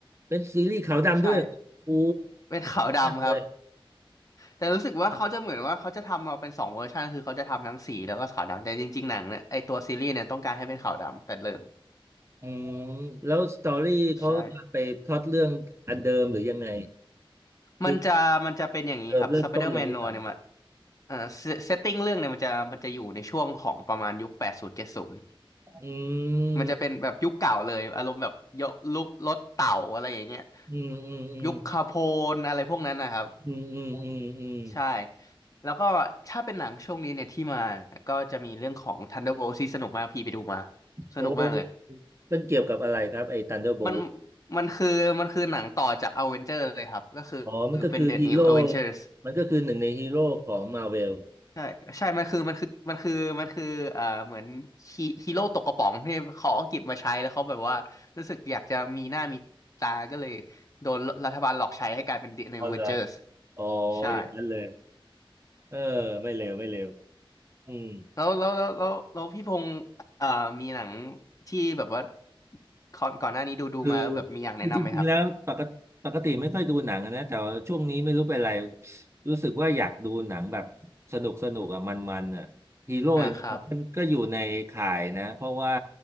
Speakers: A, on the right (about 30°); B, on the left (about 40°).
A: เป็นซีรีส์ขาวดำด้วยโอ้
B: ใช่เป็นขาวดำครับ
A: มากเลย
B: แต่รู้สึกว่าเขาจะเหมือนว่าเขาจะทำมาเป็นสองเวอร์ชันคือเขาจะทำทั้งสีแล้วก็ขาวดำแต่จริงๆหนังเนี่ยไอตัวซีรีส์เนี่ยต้องการให้เป็นขาวดำแต่เริ่ม
A: อืมแล้วสตอรี่เขาจะไปพล็อตเรื่องอันเดิมหรือยังไง
B: ใช่
A: คือ
B: มันจะมันจะเป็นอย่างนี้ครับสไปเดอร์แมนโนเนี่ยมัน
A: เดิมเริ่มต้นเลยหรือเปล่า
B: เอ่อเซตติ้งเรื่องเนี่ยมันจะมันจะอยู่ในช่วงของประมาณยุคแปดศูนย์เจ็ดศูนย์
A: อืม
B: มันจะเป็นแบบยุคเก่าเลยอารมณ์แบบยกลุกรถเต่าอะไรอย่างเงี้ย
A: อืมอืมอืม
B: ยุคคาโพนอะไรพวกนั้นนะครับ
A: อืมอืมอืมอืม
B: ใช่ แล้วก็ถ้าเป็นหนังช่วงนี้เนี่ยที่มาก็จะมีเรื่องของ Thunderbolt ที่สนุกมากพี่ไปดูมา สนุกมากเลย
A: โอ้มันเกี่ยวกับอะไรครับไอ้ Thunderbolt
B: มันมันคือมันคือหนังต่อจาก Avenger เลยครับ ก็คือ
A: อ๋อมันก็คือฮีโร่
B: เป็น The New Avengers
A: มันก็คือหนึ่งในฮีโร่ของมาเวล
B: ใช่ใช่มันคือมันคือมันคือมันคือเอ่อเหมือนฮีฮีโร่ตกกระป๋องที่เขาเอาเก็บมาใช้แล้วเขาแบบว่ารู้สึกอยากจะมีหน้ามีตา ก็เลยโดนรัฐบาลหลอกใช้ให้กลายเป็น The New
A: อ๋อเหรอ
B: Avengers
A: อ๋อ
B: ใช่
A: อย่างนั้นเลยเออไม่เลวไม่เลวอืม
B: แล้วแล้วแล้วแล้วแล้วพี่พงษ์เอ่อมีหนังที่แบบว่าก่อนก่อนหน้านี้ดูดูมาแล้วแบบมีอยากแนะนำไหมครับ
A: คือคือจริงๆแล้วปกติปกติไม่ค่อยดูหนังอะนะแต่ว่าช่วงนี้ไม่รู้เป็นไรรู้สึกว่าอยากดูหนังแบบสนุกสนุกอะมันๆอะฮีโร่อย่างเงี้ยมันก็อยู่ในข่ายนะเพราะว่า
B: นะครับ